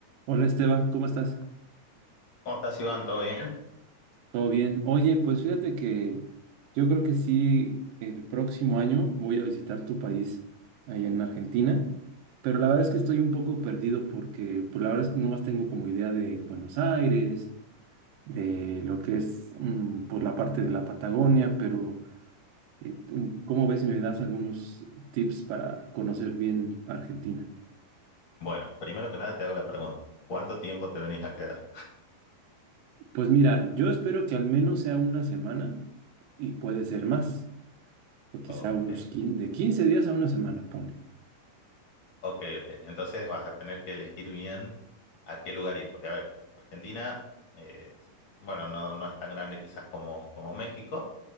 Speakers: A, on the right (about 85°); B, on the left (about 50°).
A: Hola Esteban, ¿cómo estás?
B: ¿Cómo estás, Iván? ¿Todo bien?
A: ¿Todo bien? Oye, pues fíjate que yo creo que sí, el próximo año voy a visitar tu país, ahí en Argentina, pero la verdad es que estoy un poco perdido porque por la verdad es que nomás tengo como idea de Buenos Aires, de lo que es mm, por la parte de la Patagonia, pero eh, ¿cómo ves si me das algunos tips para conocer bien Argentina?
B: Bueno, primero que nada te hago la pregunta. ¿Cuánto tiempo te venís a quedar?
A: Pues mira, yo espero que al menos sea una semana y puede ser más. o quizá
B: Ok,
A: unos 15, de 15 días a una semana, pone.
B: ok, ok. Entonces vas a tener que elegir bien a qué lugar ir, porque a ver, Argentina, eh, es que- bueno, no, no es tan grande quizás como, como México,